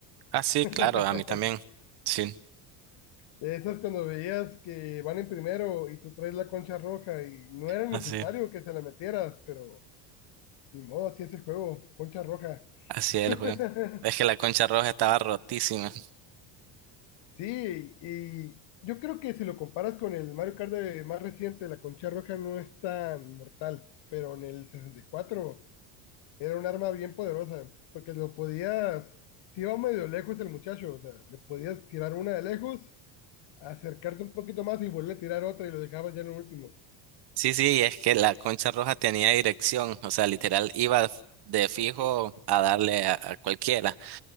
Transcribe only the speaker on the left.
<laughs>
De esas cuando veías que van en primero y tú traes la concha roja y no era necesario
que se la metieras, pero ni modo, así es el juego, concha roja.
<laughs>
Sí, y yo creo que si lo comparas con el Mario Kart de- más reciente, la concha roja no es tan mortal, pero en el 64 era un arma bien poderosa, porque lo podías, si iba medio lejos el muchacho, o sea, le podías tirar una de lejos, acercarte un poquito más y volver a tirar otra y lo dejabas ya en el último.